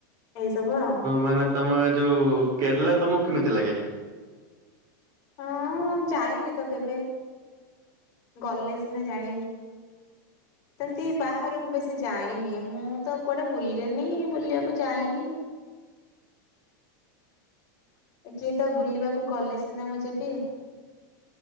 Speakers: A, on the left; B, on the right.
A: ଏଇ ସବୁ ଆଉ।
B: ମାନେ ତମ ଏ ଯୋଉ କେରଲା ତମକୁ କେମିତି ଲାଗେ?
A: ହଁ ଯାଇନି ତ କେବେ ଗଲେ ସିନା ଜାଣିବି ସେମିତି ବାହାରକୁ ବେଶୀ ଯାଇନି ମୁଁ ତ କୁଆଡେ ବୁଲେନି ବୁଲିବାକୁ ଯାଇନି। କିଏ ତ ବୁଲିବାକୁ ଗଲେ ସିନା ମୁଁ ଯିବି।